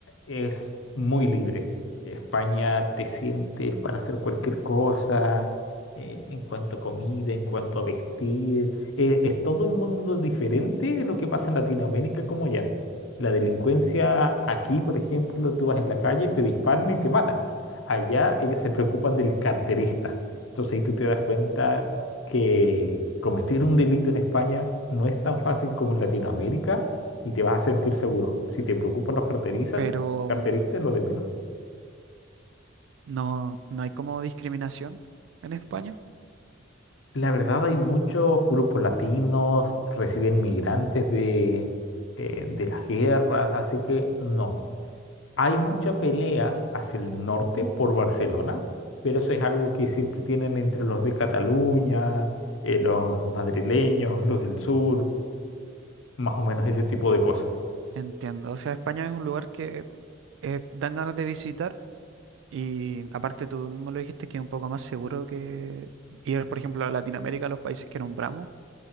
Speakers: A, on the left; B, on the right.
A: es muy libre. España te sientes para hacer cualquier cosa, eh, en cuanto a comida, en cuanto a vestir. Eh, es todo un mundo diferente de lo que pasa en Latinoamérica como ya. La delincuencia aquí, por ejemplo, tú vas en la calle, te disparan y te matan. Allá ellos se preocupan del carterista. Entonces ahí tú te das cuenta que cometer un delito en España no es tan fácil como en Latinoamérica y te vas a sentir seguro. Si te preocupan los carteristas,
B: Pero
A: carteristas
B: mm,
A: es lo de menos.
B: no, no hay como discriminación en España.
A: La verdad hay muchos grupos latinos, reciben migrantes de, eh, de las guerras, así que no. Hay mucha pelea hacia el norte por Barcelona, pero eso es algo que siempre tienen entre los de Cataluña, eh, los madrileños, los del sur, más o menos ese tipo de cosas.
B: Entiendo. O sea, España es un lugar que eh, dan ganas de visitar y aparte tú mismo lo dijiste que es un poco más seguro que ir, por ejemplo, a Latinoamérica, a los países que nombramos,